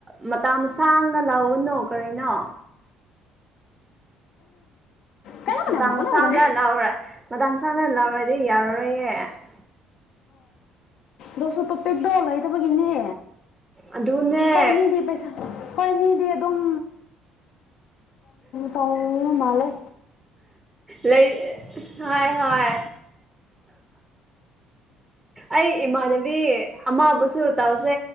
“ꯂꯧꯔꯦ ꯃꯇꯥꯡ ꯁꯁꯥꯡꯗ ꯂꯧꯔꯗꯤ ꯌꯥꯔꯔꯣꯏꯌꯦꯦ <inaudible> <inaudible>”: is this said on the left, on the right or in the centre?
Right